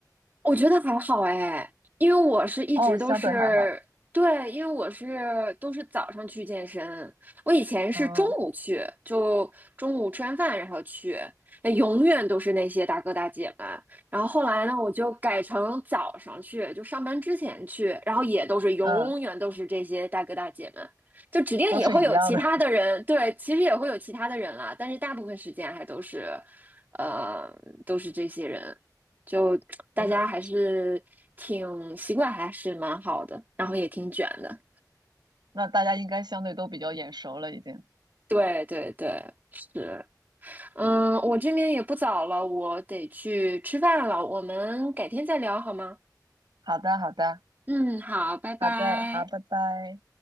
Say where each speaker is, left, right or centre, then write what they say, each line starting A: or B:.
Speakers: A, on the right; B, on the right.
A: 我觉得还好哎，因为我是一直都是，
B: 哦，相对还好。
A: 对，因为我是都是早上去健身，我以前是中午去，
B: 嗯
A: 就中午吃完饭然后去，那永远都是那些大哥大姐们。然后后来呢，我就改成早上去，就上班之前去，然后也都是永远都是这些大哥大姐们，
B: 嗯，
A: 就指定也会有其他的人，
B: 都是一样的，
A: 对，其实也会有其他的人啦，但是大部分时间还都是，呃，都是这些人。就大家还是挺习惯，
B: <laughs> 都是。
A: 还是蛮好的，然后也挺卷的。
B: 那大家应该相对都比较眼熟了，已经。
A: 对对对，是，嗯，我这边也不早了，我得去吃饭了，我们改天再聊好吗？
B: 好的，好的，
A: 嗯，好，拜拜。
B: 好的，好，拜拜。